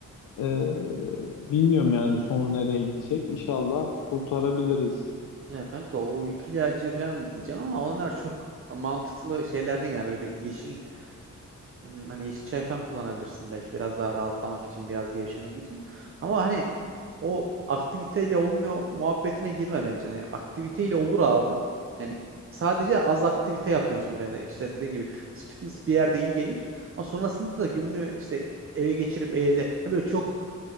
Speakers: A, on the left; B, on the right.
A: Ee, bilmiyorum yani sonu nereye gidecek. İnşallah kurtarabiliriz.
B: Ya kanka o uyku ilacı falan diyeceğim ama onlar çok mantıklı şeyler değil. Yani böyle bir yeşil hmm, hani yeşil çay falan kullanabilirsin belki biraz daha rahatlamak için biraz gevşemek için. Ama hani o aktiviteyle olmuyor muhabbetine girme bence. Yani aktiviteyle olur abi. Yani sadece az aktivite yapıyorsundur. Yani işte dediğin gibi fitness bir yerde iyi gelir. Ama sonrasında da gününü işte eve geçirip evde yani böyle çok